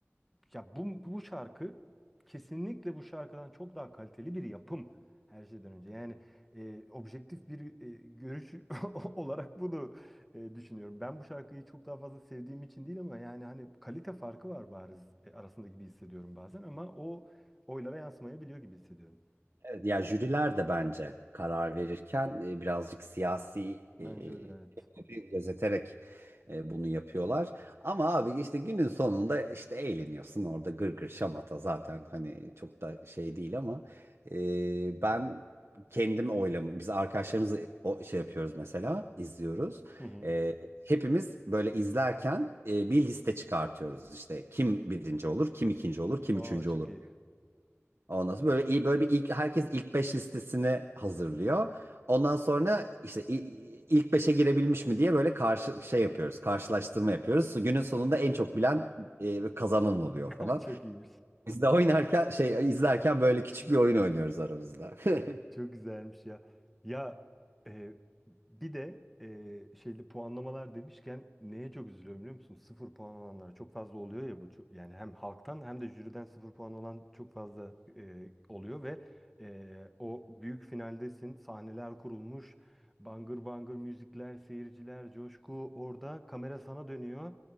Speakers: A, in the centre; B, on the right (about 65°).
A: ya bu, bu şarkı kesinlikle bu şarkıdan çok daha kaliteli bir yapım her şeyden önce. Yani e, objektif bir e, görüş <laughs> olarak bunu e, düşünüyorum. Ben bu şarkıyı çok daha fazla sevdiğim için değil ama yani hani kalite farkı var bariz e, arasında gibi hissediyorum bazen ama o oylara yansımayabiliyor gibi hissediyorum.
B: Evet, ya jüriler de bence karar verirken e, birazcık siyasi e,
A: Bence öyle evet.
B: etkileri gözeterek e, bunu yapıyorlar. Ama abi işte günün sonunda işte eğleniyorsun orada gır gır şamata zaten hani çok da şey değil ama e, ben kendim oylam biz arkadaşlarımızla o şey yapıyoruz mesela izliyoruz.
A: Hı hı.
B: E, hepimiz böyle izlerken e, bir liste çıkartıyoruz işte kim birinci olur, kim ikinci olur, kim
A: Aa
B: üçüncü
A: çok
B: olur
A: iyi.
B: Ondan sonra böyle iyi böyle bir ilk herkes ilk 5 listesini hazırlıyor. Ondan sonra işte i- ilk beşe girebilmiş mi diye böyle karşı şey yapıyoruz. Karşılaştırma yapıyoruz. Günün sonunda en çok bilen e, kazanan oluyor
A: <laughs>
B: falan.
A: Çok iyiymiş.
B: Biz de oynarken şey izlerken böyle küçük bir oyun oynuyoruz aramızda. <laughs>
A: Çok güzelmiş ya. Ya e, bir de e, şeyli puanlamalar demişken neye çok üzülüyorum biliyor musun? Sıfır puan olanlar çok fazla oluyor ya bu. Çok, yani hem halktan hem de jüriden sıfır puan olan çok fazla e, oluyor ve e, o büyük finaldesin. Sahneler kurulmuş. Bangır bangır müzikler, seyirciler, coşku. Orada kamera sana dönüyor.